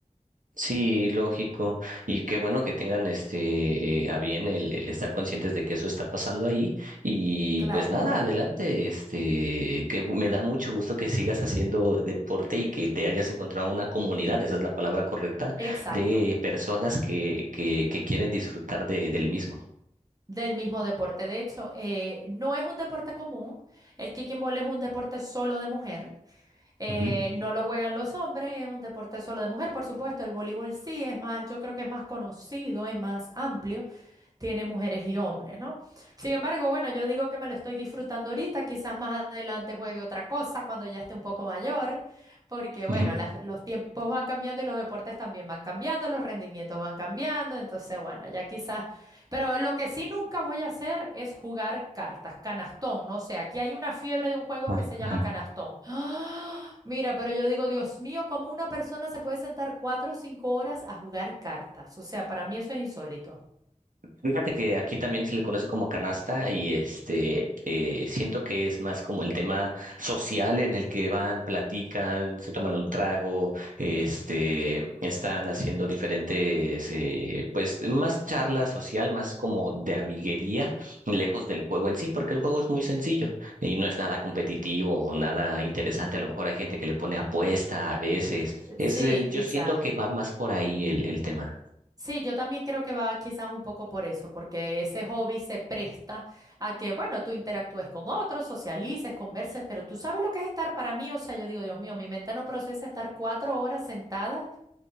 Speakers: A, on the right; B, on the right.
A: Sí, lógico. Y qué bueno que tengan este eh, a bien el, el estar conscientes de que eso está pasando ahí. Y
B: Claro.
A: pues nada, adelante. Este, que me da mucho gusto que sigas haciendo deporte y que te hayas encontrado una comunidad, esa es la palabra correcta,
B: Exacto,
A: de personas que, que, que quieren disfrutar de, del mismo.
B: del mismo deporte. De hecho, eh, no es un deporte común. El kicking ball es un deporte solo de mujer. Eh,
A: Ujú.
B: no lo juegan los hombres, es un deporte solo de mujer, por supuesto. El voleibol sí es más, yo creo que es más conocido, es más amplio, tiene mujeres y hombres, ¿no? Sin embargo, bueno, yo digo que me lo estoy disfrutando ahorita, quizás más adelante juegue otra cosa cuando ya esté un poco mayor, porque bueno,
A: Ujú.
B: las- los tiempos van cambiando y los deportes también van cambiando, los rendimientos van cambiando, entonces bueno, ya quizás, pero lo que sí nunca voy a hacer es jugar cartas, canastón, no sé, aquí hay una fiebre de un juego
A: Ah,
B: que se llama
A: ajá.
B: canastón. ¡Ah! Mira, pero yo digo, Dios mío, ¿cómo una persona se puede sentar cuatro o cinco horas a jugar cartas? O sea, para mí eso es insólito.
A: Fíjate que aquí también se le conoce como canasta y este eh, siento que es más como el tema social en el que van, platican, se toman un trago, este están haciendo diferentes eh, pues más charla social, más como de amiguería, lejos del juego en sí, porque el juego es muy sencillo y no es nada competitivo o nada interesante. A lo mejor hay gente que le pone apuesta a veces. Es,
B: Sí,
A: eh, yo
B: quizás.
A: siento que va más por ahí el, el tema.
B: Sí, yo también creo que va quizás un poco por eso, porque ese hobby se presta a que, bueno, tú interactúes con otros, socialices, converses, pero tú sabes lo que es estar para mí, o sea, yo digo, Dios mío, mi mente no procesa estar cuatro horas sentada